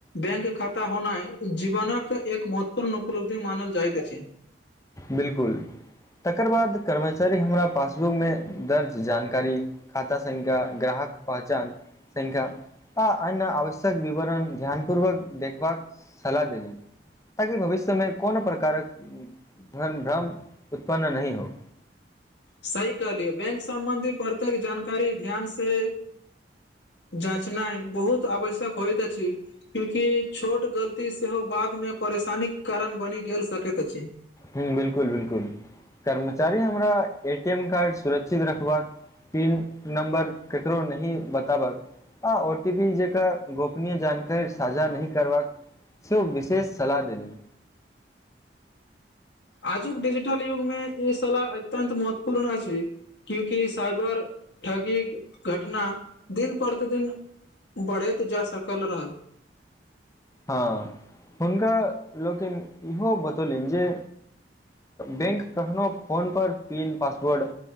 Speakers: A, on the left; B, on the left.
A: बैंक खाता होनाइ जीवनक एक महत्वपूर्ण उपलब्धि मानल जाइत अछि
B: बिलकुल तकर बाद कर्मचारी हमरा पासबुकमे दर्ज जानकारी खाता संख्या ग्राहक पहचान संख्या आ अन्य आवश्यक विवरण ध्यान पूर्वक देखबाक सलाह देलिन ताकि भविष्यमे कोनो प्रकारक भन -- भ्रम उत्पन्न नहि हो
A: सही कहलियै बैंक सम्बन्धी प्रत्येक जानकारी ध्यान से जाचनाइ बहुत आवश्यक होइत अछि क्यूँकि छोट गलती सेहो बादमे परेशानीक कारण बनी गेल सकैत अछि
B: हुँ बिलकुल बिलकुल कर्मचारी हमरा ए टी एम कार्ड सुरक्षित रखबाक पिन नम्बर केकरो नहीं बताबक आ ओ टी पी जेका गोपनीय जानकारी साझा नही करबाक सेहो विशेष सलाह देेली
A: आजुक डिजिटल युग मे ई सलाह अत्यन्त महत्वपूर्ण अछि क्यूकि साइबर ठगी घटना दिन प्रतिदिन बढ़ैत जा सकल रहल
B: हँ हुनका लोकिन इहो बतौलनि जे बैंक कखनो फोनपर पिन पासवर्ड